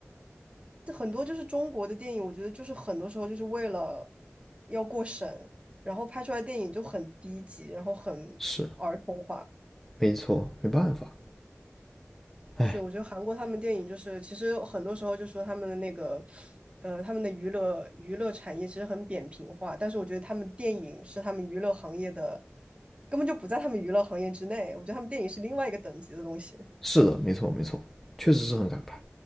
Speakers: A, on the right; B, in the centre.
A: 很多就是中国的电影，我觉得就是很多时候就是为了要过审，然后拍出来电影就很低级，然后很儿童化。
B: 是没错，没办法，哎，
A: 是，我觉得韩国他们电影就是，其实很多时候就说他们的那个，呃，他们的娱乐娱乐产业其实很扁平化，但是我觉得他们电影是他们娱乐行业的，根本就不在他们娱乐行业之内。我觉得他们电影是另外一个等级的东西。
B: 是的，没错没错，确实是很敢拍。